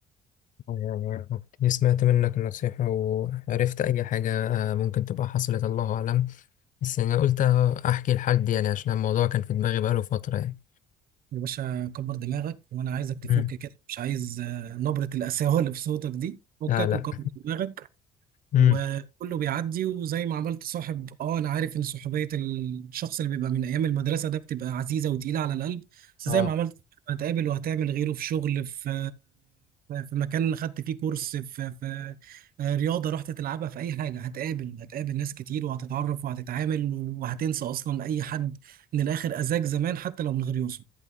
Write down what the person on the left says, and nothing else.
يعني كنت سمعت منك النصيحه وعرفت اي حاجه آه، ممكن تبقى حصلت الله اعلم بس يعني قلت احكي لحد يعني عشان الموضوع كان في دماغي بقاله فتره يعني
امم
لا لا
امم
اه